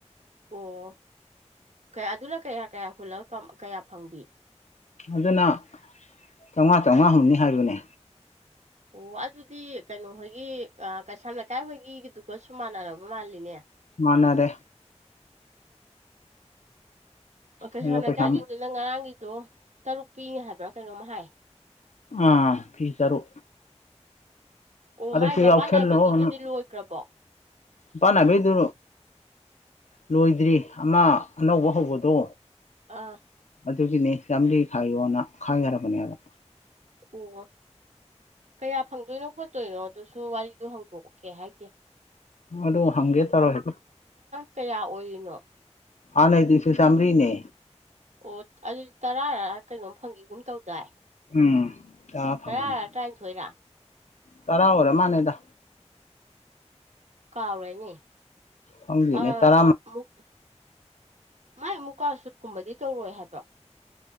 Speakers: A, on the right (about 70°); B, on the left (about 75°).
A: ꯑꯣ ꯑꯗꯨꯅ ꯀꯌꯥ ꯀꯌꯥ ꯍꯨꯜꯂ ꯀꯌꯥ ꯐꯪꯕꯤ
B: ꯑꯗꯨꯅ ꯆꯥꯝꯃꯉꯥ ꯆꯥꯃꯉꯥ ꯍꯨꯝꯅꯤ ꯍꯥꯏꯕꯅꯦ
A: ꯑꯣ ꯑꯗꯨꯗꯤ ꯀꯩꯅꯣꯍꯣꯏꯒꯤ ꯀꯩꯁꯥꯝ ꯂꯩꯀꯥꯏ ꯍꯣꯏꯒꯤꯗꯨꯒꯁꯨ ꯃꯥꯟꯅꯔꯕ ꯃꯥꯜꯂꯤꯅꯦ
B: ꯃꯥꯅꯦꯗꯦ
A: ꯃ ꯀꯩ
B: ꯑꯗꯨꯒ
A: ꯁꯃ
B: ꯄꯩꯁꯥ
A: ꯀꯒꯗ ꯅꯪ ꯉꯔꯥꯡ ꯑꯗꯣ ꯇꯔꯨꯛ ꯄꯤꯅꯦ ꯍꯥꯏꯕ꯭ꯔꯥ ꯀꯩꯅꯣꯝꯃ ꯍꯥꯏ
B: ꯑꯥ ꯐꯤ ꯆꯔꯨ
A: ꯑꯣ
B: ꯑꯗꯨꯗꯁꯨ
A: ꯃꯥꯏ ꯃꯄꯥꯟ
B: ꯌꯥꯎꯁꯜꯂꯣꯅ
A: ꯅꯥꯏꯕꯒꯤꯗꯨꯗꯤ ꯂꯣꯏꯈ꯭ꯔꯕꯣ
B: ꯄꯥꯟꯅꯕꯗꯨ ꯂꯣꯏꯗ꯭ꯔꯤ ꯑꯃ ꯑꯅꯧꯕ ꯍꯧꯕꯗꯣ
A: ꯑꯥ
B: ꯑꯗꯨꯒꯤꯅꯤ ꯆꯔꯤ ꯈꯥꯏꯌꯣꯅ ꯈꯥꯏꯈ꯭ꯔꯕꯅꯦꯕ
A: ꯑꯣ ꯀꯌꯥ ꯐꯪꯗꯣꯏꯅꯣ ꯈꯣꯠꯇꯣꯏꯅꯣ ꯑꯗꯨꯁꯨ ꯋꯥꯔꯤꯗꯣ ꯍꯥꯡꯗꯣꯛꯎꯀꯦ ꯍꯥꯏꯗꯤꯦ
B: ꯑꯂ ꯍꯪꯦ ꯇꯔꯣ ꯍ
A: ꯀꯌꯥ ꯑꯣꯏꯔꯤꯅꯣ
B: ꯑꯅꯩꯗꯤꯁꯤ ꯆꯃꯔꯤꯅꯦ
A: ꯑꯣ ꯑꯗꯨꯗꯤ ꯇꯔꯥ ꯀꯩꯅꯣꯝ ꯐꯪꯈꯤꯒꯨꯝ ꯇꯧꯗꯥꯏ
B: ꯎꯝ ꯀ ꯐꯪꯅꯤ
A: ꯇꯔꯥꯔ ꯇꯔꯥꯅꯤꯊꯣꯏꯔ
B: ꯇꯔꯥ ꯑꯣꯏꯔꯦ ꯃꯥꯅꯦꯗ
A: ꯀꯥꯎꯔꯦꯅꯦ
B: ꯍꯒꯅꯦ
A: ꯑ
B: ꯇꯔꯥ
A: ꯃꯨꯛ ꯃꯥꯏ ꯃꯨꯀꯥ ꯁꯨꯠ ꯀꯨꯝꯕꯗꯤ ꯇꯧꯔꯣꯏ ꯍꯥꯏꯕ꯭ꯔꯣ